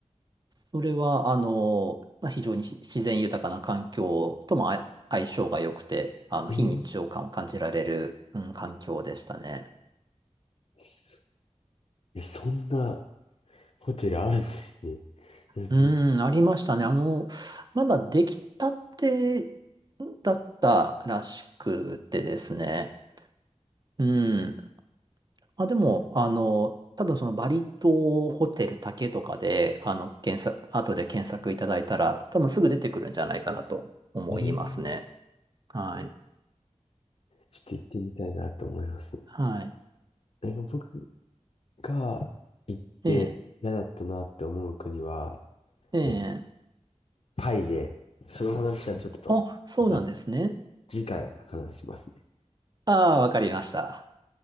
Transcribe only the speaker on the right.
それは、あの、まあ、非常にし自然豊かな環境ともあ相性が良くて、あの、
非日常感を感じられる、うん、環境でしたね。
うん、ありましたね。あの、まだできたてだったらしくてですね。うん。まあ、でも、あの、多分そのバリ島ホテル竹とかで、あの、検索、後で検索いただいたら、多分すぐ出てくるんじゃないかなと思いますね。
はい。
はい。
ええええ
お、そうなんですね。
ああ、わかりました。